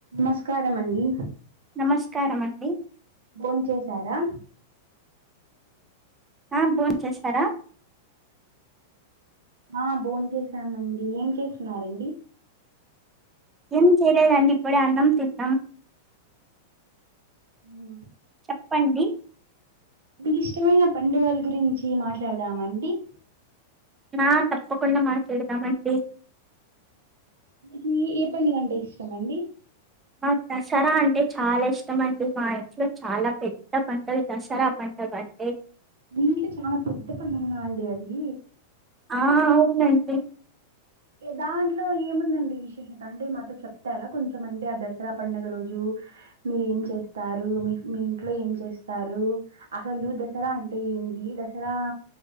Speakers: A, on the right; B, on the right.
A: నమస్కారం అండి
B: నమస్కారం అండి
A: భోంచేసారా
B: అవును భోంచేసారా
A: ఆ భోన్ చేసామండి ఏం చేస్తున్నారండి
B: ఏం చెయ్యలేదండి ఇప్పుడే అన్నం తిన్నం
A: ఉ
B: చెప్పండి
A: మీకు ఇష్టమైన పండుగల గురించి మాట్లాడదామ అండి
B: ఆ తప్పకుండా మాట్లాదామండి
A: మీకీ ఏ పండుగ అంటే ఇష్టమండి
B: నాకు దసరా అంటే చాలా ఇష్టమండి మా ఇంట్లో చాలా పెద్ద పండగ దసరా పండుగ అంటే
A: మీ ఇంట్లో చాలా పెద్ద పండగ నా అండి అది
B: ఆ అవునండి
A: దాంట్లో ఏముందండి విశేషత అంటే మాతో చెప్తారా కొంచెం అంటే ఆ దసరా పండుగ రోజు మీరు ఏం చేస్తారు మీ మీ ఇంట్లో ఏం చేస్తారు అసలు దసరా అంటే ఏంది దసరా